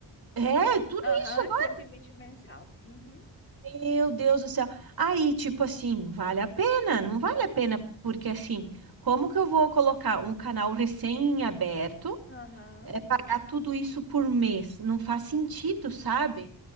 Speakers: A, on the right; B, on the left.
A: É, tudo
B: Aham,
A: isso agora.
B: cento e vinte mensal. Uhum.
A: Meu Deus do céu. Aí, tipo assim, vale a pena? Não vale a pena, porque assim,
B: Sim.
A: como que eu vou colocar um canal recém-aberto?
B: Aham.
A: é pagar tudo isso por mês. Não faz sentido, sabe?